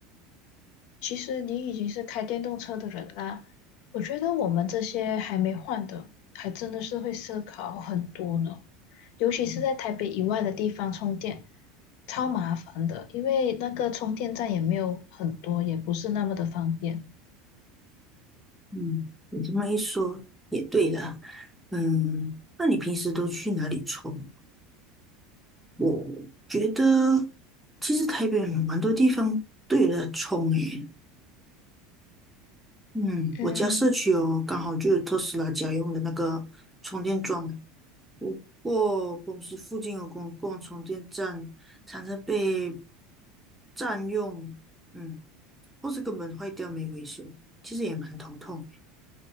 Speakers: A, on the left; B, in the centre.
A: 其实你已经是开电动车的人啦，我觉得我们这些还没换的，还真的是会思考很多呢。尤其是在台北以外的地方充电，超麻烦的，因为那个充电站也没有很多，也不是那么的方便。
B: 嗯，你这么一说也对啦。嗯，那你平时都去哪里充？我觉得其实台北蛮多地方都有的充诶，嗯，
A: 嗯，
B: 我家社区哦，刚好就有特斯拉家用的那个充电桩诶不过公司附近有公共充电站，常常被占用，嗯，或是根本坏掉没维修，其实也蛮头痛